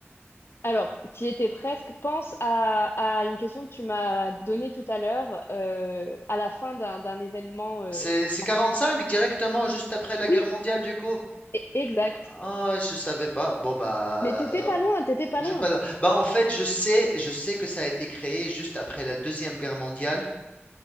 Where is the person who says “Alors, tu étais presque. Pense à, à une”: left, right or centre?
Left